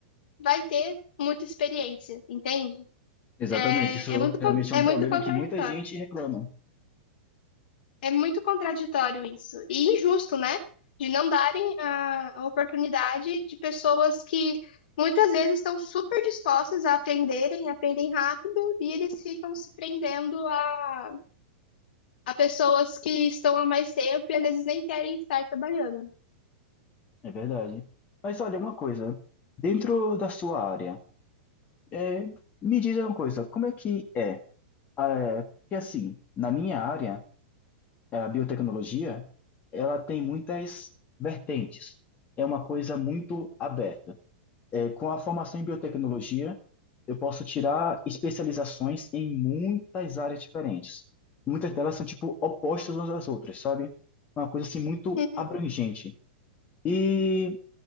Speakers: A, on the left (about 60°); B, on the left (about 30°).
A: vai ter muita experiência, entende?
B: Exatamente,
A: É,
B: isso
A: é muito,
B: realmente
A: con-
B: é
A: é
B: um
A: muito
B: problema
A: contraditório.
B: que muita gente reclama.
A: É muito contraditório isso. E injusto, né? De não darem a a oportunidade de pessoas que muitas vezes estão super dispostas a aprenderem, aprendem rápido, e eles ficam se prendendo a, a pessoas que estão há mais tempo e às vezes nem querem estar trabalhando.
B: É verdade. Mas olha, uma coisa, dentro da sua área É, me diz uma coisa, como é que é? Ah, é, Porque assim, na minha área, a biotecnologia, ela tem muitas vertentes. É uma coisa muito aberta. É, com a formação em biotecnologia, eu posso tirar especializações em muitas áreas diferentes. Muitas delas são tipo opostas umas às outras, sabe? É Uma coisa assim muito
A: Uhum.
B: abrangente. E